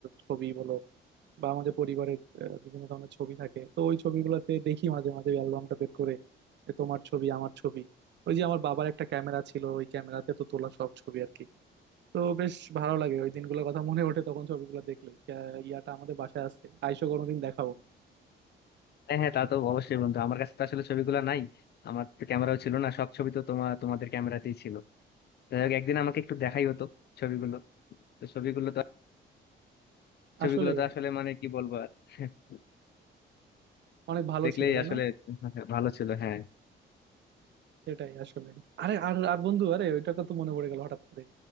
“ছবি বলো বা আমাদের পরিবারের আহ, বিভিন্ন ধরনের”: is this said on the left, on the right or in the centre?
Right